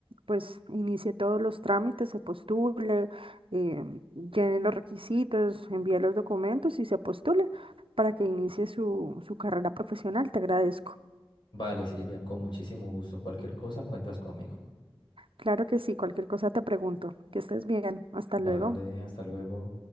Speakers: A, on the right (about 70°); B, on the left (about 55°).
A: pues inicie todos los trámites, se postule, eh, llene los requisitos, envíe los documentos y se postule para que inicie su, su carrera profesional. Te agradezco.
B: Vale, Silvia, con muchísimo gusto. Cualquier cosa, cuentas conmigo.
A: Claro que sí, cualquier cosa te pregunto. Que estés bien. Hasta
B: Vale,
A: luego.
B: hasta luego.